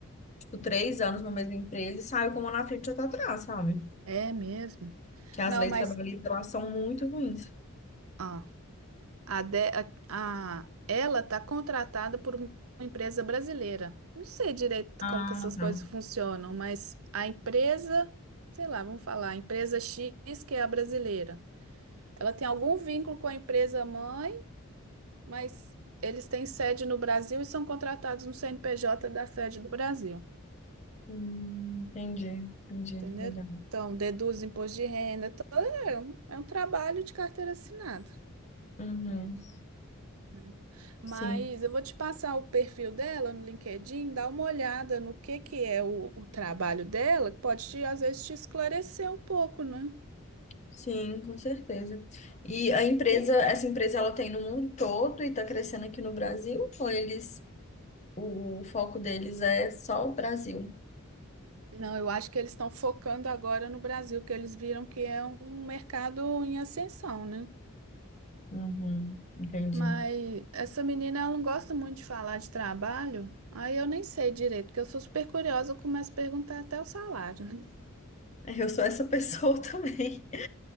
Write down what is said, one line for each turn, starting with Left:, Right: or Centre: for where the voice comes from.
Left: tipo três anos numa mesma empresa e saiu com uma na frente e outra atrás, sabe?
Right: é mesmo.
Left: Que as
Right: Não,
Left: leis
Right: mas
Left: trabalhistas lá são muito ruins.
Right: ó, a, de, a, a- ela tá contratada por uma empresa brasileira. Não sei direito
Left: Ah,
Right: como que essas
Left: tá.
Right: coisas funcionam, mas a empresa, sei lá, vamos falar, a empresa X que é a brasileira. Ela tem algum vínculo com a empresa mãe, mas eles têm sede no Brasil e são contratados no CNPJ da sede do Brasil,
Left: Hum, entendi, entendi,
Right: entendeu?
Left: legal.
Right: Então, deduz imposto de renda, to- é um é um trabalho de carteira assinada,
Left: Uhum,
Right: né? Mas
Left: sim.
Right: eu vou te passar o perfil dela no LinkedIn, dá uma olhada no que que é o, o trabalho dela, que pode te, às vezes te esclarecer um pouco, né?
Left: Sim, com certeza. E a empresa, essa empresa ela tem no mundo todo e está crescendo aqui no Brasil, ou eles, o foco deles é só o Brasil?
Right: Não, eu acho que eles estão focando agora no Brasil, que eles viram que é um mercado em ascensão, né?
Left: Uhum, entendi.
Right: Mas essa menina, ela não gosta muito de falar de trabalho. Aí eu nem sei direito, porque eu sou super curiosa, eu começo a perguntar até o salário. <laughs> né?
Left: Eu sou essa pessoa <laughs> também.